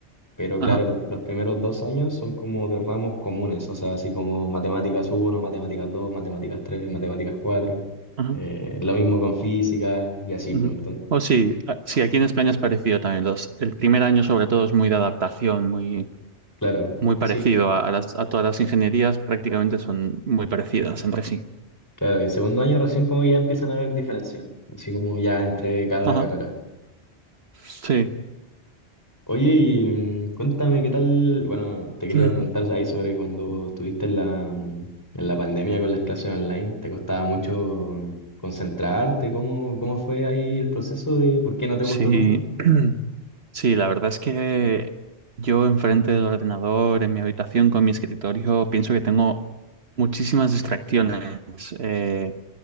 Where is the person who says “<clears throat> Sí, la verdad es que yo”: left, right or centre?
Right